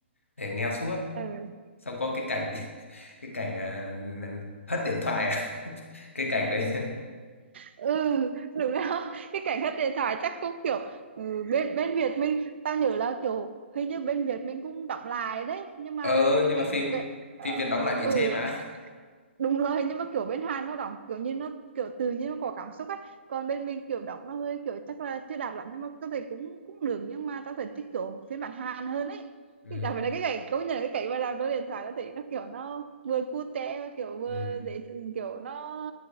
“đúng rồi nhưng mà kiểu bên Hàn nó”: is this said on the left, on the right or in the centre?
Right